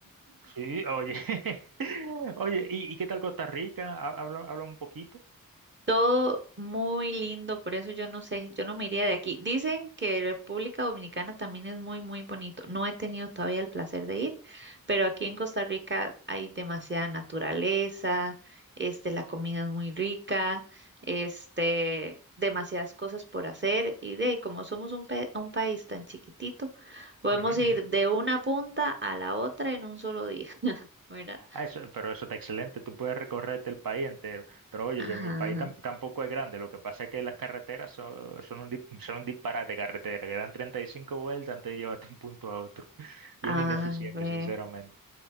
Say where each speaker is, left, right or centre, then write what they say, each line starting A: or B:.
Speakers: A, on the right; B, on the right.
A: Sí, oye. <laughs> Oye, ¿y, y qué tal Costa Rica? Ha- Habla, habla un poquito.
B: Todo muy lindo, por eso yo no sé, yo no me iría de aquí. Dicen que República Dominicana también es muy, muy bonito. No he tenido todavía el placer de ir, pero aquí en Costa Rica hay demasiada naturaleza, este, la comida es muy rica, este, demasiadas cosas por hacer y de ahí, como somos un, pe- un país tan chiquitito, podemos
A: Ujú,
B: ir
A: ujú.
B: de una punta a la otra en un solo día, <laughs> ¿verdad?
A: Ah, eso, pero eso está excelente, tú puedes recorrerte el país entero, pero oye,
B: Ajá.
A: que mi país tam- tampoco es grande, lo que pasa es que las carreteras son, son un, dip- son un disparate de carretera, que dan 35 vueltas antes de llevarte de un punto a otro, <laughs> bien
B: A
A: ineficiente,
B: ver.
A: sinceramente.